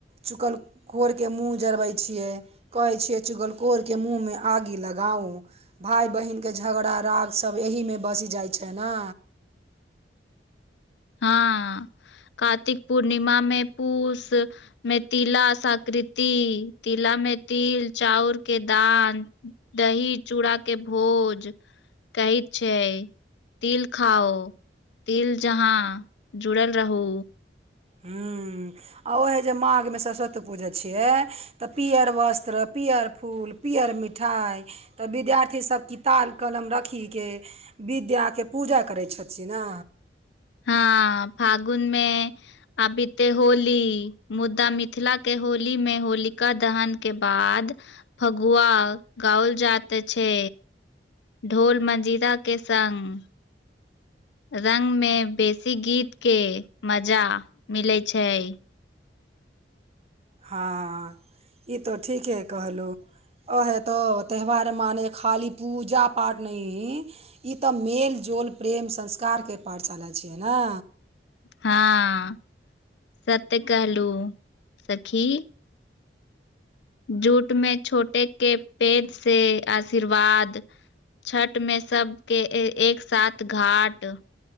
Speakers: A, on the right; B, on the left.
A: चुकल कोरके मूँह जरबै छियै कहै छियै चुगल खरके मूँहमे आगि लगाउ। भााय बहिनके झगड़ा राग सब एहिमे बस जाइ छैय ने।
B: हँ कार्तिक पूर्णिमा मे पूस मे तिला सकृति तिला मे तिल चाउर के दान दही चूड़ा के भोज कहैत छैय तिल खाओ तिल जहाँ जुड़ल रहू।
A: हूँ आ ओएहे जे माघमे सरस्वती पूजा छियै तऽ पियर वस्त्र पियर फूल पियर मिठाइ तऽ विद्यार्थी सभ किताल कलम रखी के विद्याके पूजा करैत छथिन ने।
B: हँ फागुनमे आबीते में होली मुदा मिथिला के होली मे होलिका दहन के बाद फगुआ गाओल जाइत अछि। ढोल मजिरा के संग। रंग में बेसी गीत के मजा मिलै छैय।
A: हँ ई तऽ ठीके कहलु। ओ हेतौ त्यौहार माने खाली पूजा पाठ नहि ई तऽ मेलजोल प्रेम संस्कारके पाठशाला छियै ने।
B: हँ सत्य कहलु सखी जूट में छोटे के पैघ से आशीर्वाद छठ मे सबके ए एक साथ घाट